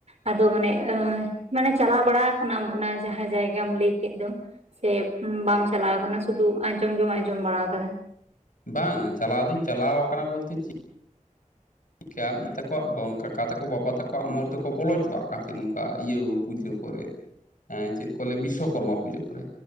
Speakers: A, on the right; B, on the left.
A: ᱟᱫᱚ ᱢᱟᱱᱮ ᱢᱟᱱᱮ ᱪᱟᱞᱟᱣ ᱵᱟᱲᱟ ᱠᱟᱱᱟᱢ ᱚᱱᱟ ᱡᱟᱦᱟᱸ ᱡᱟᱭᱜᱟᱢ ᱞᱟᱹᱭ ᱠᱮᱫ ᱫᱚ? ᱥᱮ ᱵᱟᱢ ᱪᱟᱞᱟᱣ ᱟᱠᱟᱱᱟ ᱥᱩᱫᱩ ᱟᱸᱡᱚᱢ ᱜᱮᱢ ᱟᱸᱡᱚᱢ ᱵᱟᱲᱟ ᱠᱟᱫᱟ?
B: ᱵᱟᱝ-ᱟ, ᱪᱟᱞᱟᱣ ᱫᱩᱧ ᱪᱟᱞᱟᱣ ᱠᱟᱱᱟ ᱵᱚᱞᱛᱮ ᱪᱤᱜ ᱠᱮᱭᱟ ᱢᱮᱛᱟᱠᱚᱣᱟ ᱵᱟᱝ ᱠᱟᱠᱟ ᱛᱟᱠᱚ, ᱵᱟᱵᱟ ᱛᱟᱠᱚᱣᱟᱜ ᱚᱢᱚᱨ ᱫᱚᱠᱚ ᱵᱚᱞᱚ ᱦᱚᱪᱚᱣᱟᱜ ᱠᱟᱱ ᱛᱟᱦᱮᱸᱫ ᱱᱚᱝᱠᱟ ᱤᱭᱟᱹ ᱯᱩᱡᱟᱹ ᱠᱚᱨᱮ᱾ ᱦᱮᱸ ᱪᱮᱫ ᱠᱚ ᱞᱟᱹᱭᱟ ᱵᱤᱥᱥᱠᱚᱨᱢᱟ ᱯᱩᱡᱟᱹ ᱠᱚᱨᱮ᱾